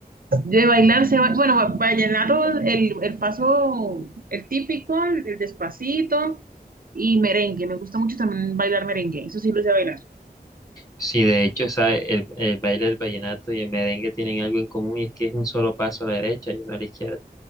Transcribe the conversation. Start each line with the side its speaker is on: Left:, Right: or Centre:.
Right: De bailar, se, va- bueno, va- vallenato, el, el paso, el típico, el, el despacito y merengue. Me gusta mucho también bailar merengue, eso sí lo sé bailar.
Left: Sí, de hecho, ¿sabes? El, el baile del vallenato y el merengue tienen algo en común y es que es un solo paso a la derecha y uno a la izquierda.